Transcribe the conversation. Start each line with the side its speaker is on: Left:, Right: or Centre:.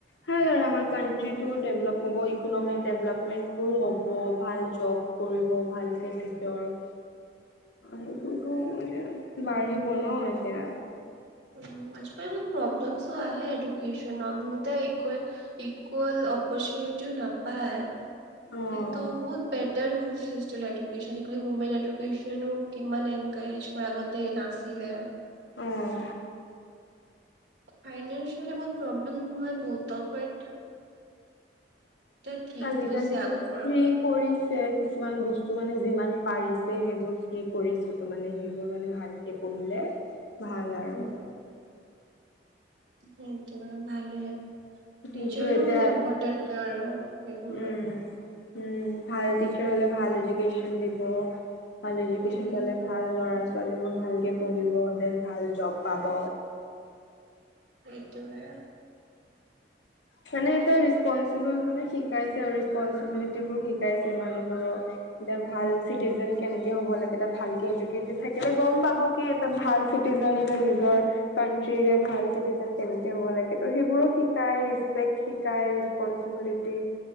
Left: ভাল আৰু কাউণ্ট্ৰিটো ডেভলপ হ'ব, ইকনমিক ডেভলেপমেণ্টোও হ'ব, ভাল জব কৰিব। ভালকে চিক্ৰিয়ৰ অ সেইবোৰটো বাঢ়িব ন' এতিয়া?
Right: ওঁ, আজি কালিটো প্ৰব্লেমছো আহে এডুকেশ্যনত বহুতে ইকুৱে- ইকুৱেল অপৰচুনিটি টো নাপায়।
Left: অ'।
Right: কিন্তু বহুত বেট্‌ ঢেৰ হোষ্ট হোষ্টেলে, এডুকেশ্যন গ্ৰূপ, মোমবাই এডুকেশ্যনেও কিমান এনকাৰেজ কৰে। আগতে নাছিল। <unintelligible> লে
Left: অ'।
Right: ফাইনেন্সিয়ালি বহুত প্ৰব্লেম হ'য় বহুত বাট এতিয়া ঠিক
Left: আজি-কালিটো
Right: হৈছে আগৰ পৰা।
Left: ফ্ৰী কৰি ছে, কিছুমান বস্তু মানে যিমান পাৰিছে সেইবোৰ ফ্ৰী কৰিছে। তো মানে সেইবোৰ মানে ভালকে পঢ়িলে ভাল আৰু।
Right: উম, সেইটোৱে ভালে
Left: কিন্তু
Right: টিচাৰও
Left: এতিয়া
Right: বহুত ইম্পৰ্টেণ্ট আৰু সেইবোৰত।
Left: উম উম, ভাল টিচাৰ হ'লে ভাল এডুকেশ্যন দিব। ভাল এডুকেশ্যন
Right: উম,
Left: পালে ভাল। ল'ৰা-ছোৱালীবোৰ ভালকে পঢ়িব। যেন ভাল জব পাব।
Right: সেইটোৱে।
Left: হেনে এটা ৰেচপন্‌চিবল, মানে শিকাইছে আৰু ৰেচপন্‌চিবিলিটিবোৰ শিকাইছে মানুহবোৰক। এটা ভাল চিটিজেন কেনেকে হব লাগে? এটা ভালকে এডুকেটেট থাকিলে গম পাব কি এটা ভাল চি জন, নিজৰ নিজৰ কাউণ্ট্ৰিৰে ভাল চিটিজেন কেনেকে হ'ব লাগে ত' সেইবোৰো শিকাই। প্ৰেইদ শিকায়, ৰেছপণ্টচিবিলিটি